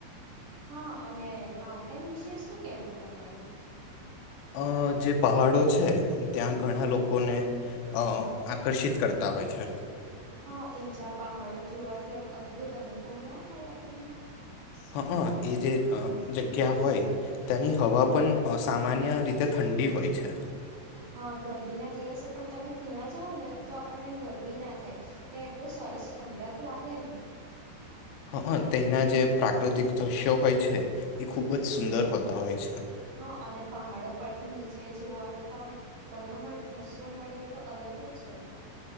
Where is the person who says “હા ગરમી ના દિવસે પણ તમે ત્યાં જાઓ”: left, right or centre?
Right